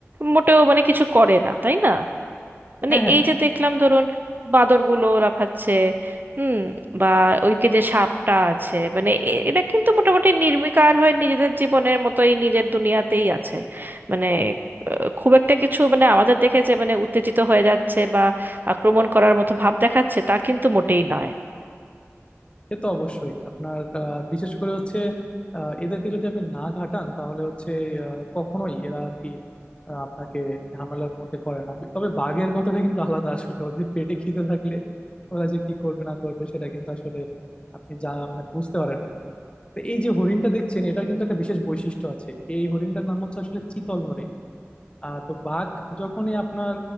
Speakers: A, on the right; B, on the left.
A: মোটেও মানে কিছু করে না তাই না মানে
B: হ্যাঁ হ্যাঁ
A: এই যে দেখলাম ধরুন বাঁদরগুলো লাফাচ্ছে হুম বা ওইদিকে যে সাপটা আছে মানে এ- এরা কিন্তু মোটামুটি নির্বিকার হয়ে নিজেদের জীবনের মতোই নিজের দুনিয়াতেই আছে মানে আহ, খুব একটা কিছু মানে আমাদের দেখে যে মানে উত্তেজিত হয়ে যাচ্ছে বা আক্রমণ করার মতো ভাব দেখাচ্ছে তা কিন্তু মোটেই নয়
B: সে তো অবশ্যই আপনার আহ, বিশেষ করে হচ্ছে আহ, এদেরকে যদি আপনি না ঘাটান তাহলে হচ্ছে আহ, কখনোই এরা আর কি আহ, আপনাকে ঝামেলার মধ্যে করে না তবে বাঘের কথাটা কিন্তু আলাদা আসলে ওদের পেটে খিদে থাকলে ওরা যে কি করবে না করবে সেটা কিন্তু আসলে আপনি যা মানে বুঝতে পারেন না তো এই যে হরিণটা দেখছেন এটার কিন্তু একটা বিশেষ বৈশিষ্ট্য আছে এই হরিণটার নাম হচ্ছে আসলে চিতল হরিণ আহ তো বাঘ যখনই আপনার